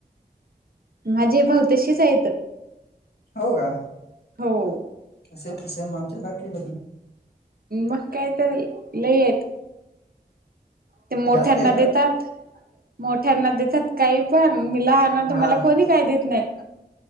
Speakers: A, on the right; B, on the left.
A: माझे भाऊ तशीच आहेत.
B: हो का.
A: हो
B: असे तसे आमच्यासारखे <unintelligible>
A: मग काय तर लै येत. ते मोठ्यांना
B: जास्त आहे
A: देतात
B: का?
A: मोठ्यांना देतात, काही पण मी लहान आहे
B: हा
A: तर कोणी. काय देत नाही.